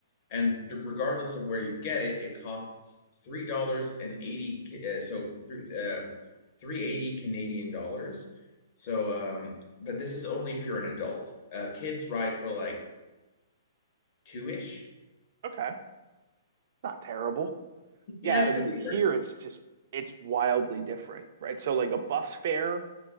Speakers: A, on the left; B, on the right.
A: and regardless of where you get it, it costs three dollars and eighty. Uh, so three uh, three eighty Canadian dollars. So, um, but this is only if you're an adult. Uh, kids ride for like two ish.
B: Okay. It's not terrible.
A: Yeah,
B: Yeah, I
A: it
B: mean
A: could be
B: here
A: worse.
B: it's just it's wildly different, right? So like a bus fare,